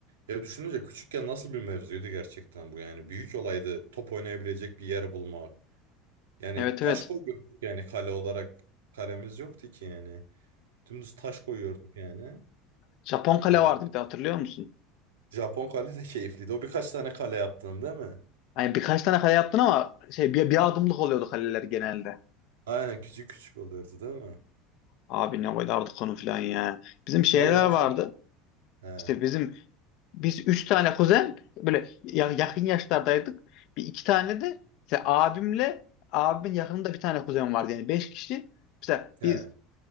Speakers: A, on the right; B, on the left.
A: Ya düşününce küçükken nasıl bir mevzuydu gerçekten bu yani. Büyük olaydı top oynayabilecek bir yer bulmak. Yani
B: Evet
A: taş
B: evet.
A: koyuyorduk yani kale olarak kalemiz yoktu ki yani. Dümdüz taş koyuyorduk yani.
B: Japon kale
A: Ya,
B: vardı bir de hatırlıyor musun?
A: Japon kale de <laughs> keyifliydi. O birkaç tane kale yaptın değil mi?
B: Hani birkaç tane kale yaptın ama şey bir, bir adımlık oluyordu kaleler genelde.
A: Aynen küçük küçük oluyordu değil mi?
B: Abi ne koyardık onu falan ya. Bizim şeyler
A: Vallahi
B: vardı.
A: sen... He,
B: İşte bizim biz üç tane kuzen böyle ya- yakın yaşlardaydık. Bir iki tane de işte abimle abimin yakınında bir tane kuzen vardı yani beş kişi. İşte
A: he.
B: biz